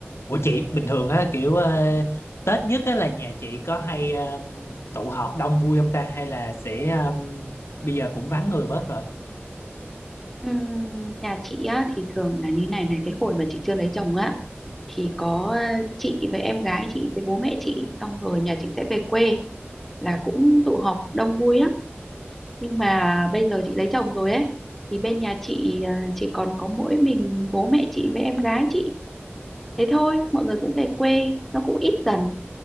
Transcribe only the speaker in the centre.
Ừm, nhà chị á thì thường là như này này cái hồi mà chị chưa lấy chồng á thì có ờ, chị với em gái chị với bố mẹ chị xong rồi nhà chị sẽ về quê là cũng tụ họp đông vui lắm nhưng mà bây giờ chị lấy chồng rồi ấy thì bên nhà chị ờ, chỉ còn có mỗi mình bố mẹ chị với em gái chị thế thôi mọi người cũng về quê nó cũng ít dần